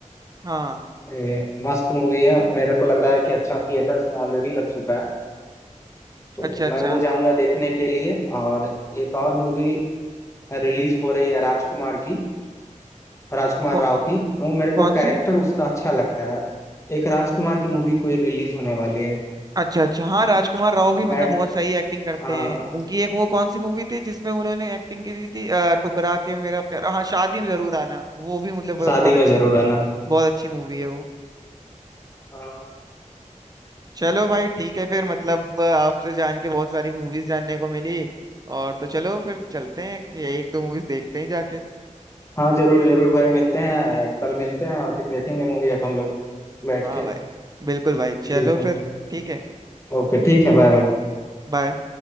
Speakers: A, on the right; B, on the left.
A: हाँ
B: ये मस्त मूवी है मेरे को लग रहा है कि अच्छा थिएटर्स में ऑलरेडी लग चुका है तो
A: अच्छा अच्छा
B: मैं वो जाऊंगा देखने के लिए और एक और मूवी रिलीज हो रही है राजकुमार की राजकुमार
A: कौ,
B: राव की वो मेरे को
A: कौन
B: कैरेक्टर
A: सी
B: उसका अच्छा लगता है एक राजकुमार की मूवी कोई रिलीज होने वाली है
A: अच्छा अच्छा हाँ राजकुमार राव भी मतलब
B: मैड
A: बहुत सही एक्टिंग करते
B: हाँ
A: हैं उनकी एक वो कौन सी मूवी थी जिसमें उन्होंने एक्टिंग की थी अ, टुकरा के मेरा प्यार हाँ शादी में जरूर आना वो भी मतलब बहुत
B: शादी
A: बहुत
B: में
A: अच्छी
B: जरूर आना
A: बहुत अच्छी मूवी है वो
B: हाँ
A: चलो भाई ठीक है फिर मतलब अ, आपसे जान के बहुत सारी मूवीज जानने को मिली और तो चलो फिर चलते हैं ये एक दो मूवीज देखते हैं जाके
B: हाँ जरूर जरूर भाई मिलते हैं कल मिलते हैं और फिर देखेंगे मूवी अपन लोग बैठ
A: हाँ
B: के
A: भाई बिल्कुल भाई चलो
B: ठीक है
A: फिर ठीक है
B: ओके ठीक है बाय बाय
A: बाय